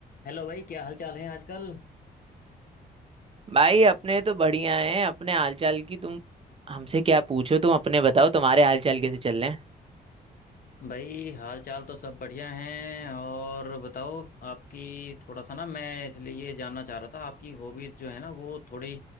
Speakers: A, on the left; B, on the right.
A: Hello भाई क्या हाल चाल है आजकल
B: भाई अपने तो बढ़िया हैं अपने हालचाल की तुम हमसे क्या पूछो तुम अपने बताओ तुम्हारे हालचाल कैसे चल रहे हैं
A: भाई हाल चाल तो सब बढ़िया हैं और बताओ आपकी थोड़ा सा ना मैं इसलिए ये जानना चाह रहा था आपकी हॉबीज जो है ना वो थोड़ी